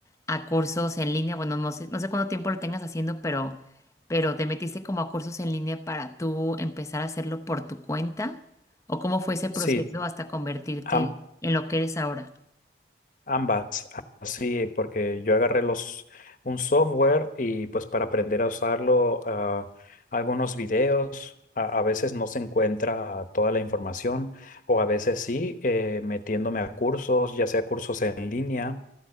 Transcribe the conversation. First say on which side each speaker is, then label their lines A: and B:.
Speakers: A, on the left; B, on the left.
A: a cursos en línea? Bueno, no sé, no sé cuánto tiempo lo tengas haciendo, pero, pero ¿te metiste como a cursos en línea para tú empezar a hacerlo por tu cuenta? ¿O cómo fue ese proceso
B: sí.
A: hasta convertirte
B: Am-
A: en lo que eres ahora?
B: Ambas, sí porque yo agarré los, un software y pues para aprender a usarlo, ah, algunos videos, a, a veces no se encuentra toda la información o a veces sí, eh, metiéndome a cursos, ya sea cursos en línea.